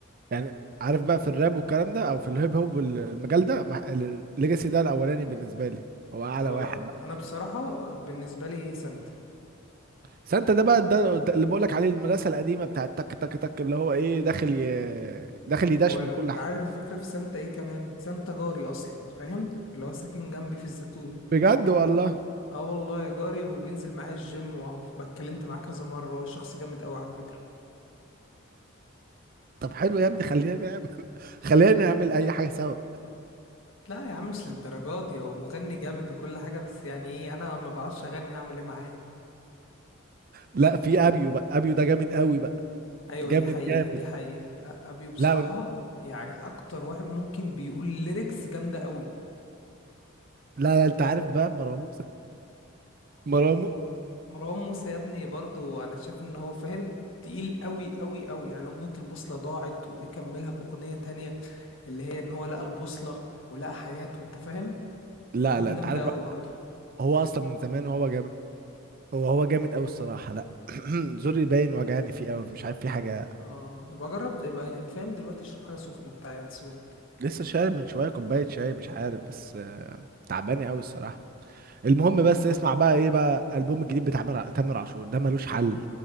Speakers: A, on the right; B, on the left.
A: يعني عارف بقى في الراب والكلام ده او في الهيب هوب والمجال ده مع- ال- الليجاسي ده الاولاني بالنسبه لي هو اعلى
B: اه
A: واحد بقى
B: انا بصراحه بالنسبه لي سانتا
A: سانتا ده بقى ده ده اللي بقولك عليه المدرسه القديمه بتاعت تك تك تك اللي هو ايه داخل ي... داخل يدشمل
B: هو انت
A: كل حاجه
B: عارف الفكره في سانتا ايه كمان سانتا جاري اصلا فاهم اللي هو ساكن جنبي في الزيتون
A: بجد والله
B: اه والله جاري وبينزل معايا الجيم واتكلمت معاه كذا مره هو شخص جامد قوي على فكره
A: طب حلو يا ابني خلينا نعمل <laughs> خلينا نعمل اي حاجه سوا
B: لا يا عم مش للدرجات دي هو مغني جامد وكل حاجه بس يعني ايه انا ما بعرفش اغني هعمل ايه معاه
A: لا في ابيو بقى ابيو ده جامد قوي بقى
B: ايوه
A: جامد
B: دي حقيقة
A: جامد
B: دي حقيقة أ- ابيو بصراحة
A: لا من...
B: يعني اكتر واحد ممكن بيقول ليركس جامدة قوي
A: لا لا انت عارف بقى مروان موسى مروان مو-
B: مروان موسى يا ابني برضو انا شايف ان هو فاهم تقيل قوي قوي قوي يعني اغنية البوصلة ضاعت وجه كملها باغنية تانية اللي هي ان هو لقى البوصلة ولقى حياته انت فاهم
A: <laughs> لا
B: الاغنية
A: لا
B: دي جامدة
A: انت عارف
B: قوي
A: بقى
B: برضو
A: هو اصلا من زمان وهو جامد هو هو جامد قوي الصراحه لا <clears throat> زوري باين وجعني فيه قوي مش عارف في حاجه
B: اه يبقى جرب يبقى يعني فاهم دلوقتي اشرب حاجة سخنة بتاع ينسون
A: لسه شارب من شويه كوبايه شاي مش عارف بس آه، تعباني قوي الصراحه المهم بس اسمع بقى ايه بقى البوم الجديد بتاع مر- تامر عاشور ده ملوش حل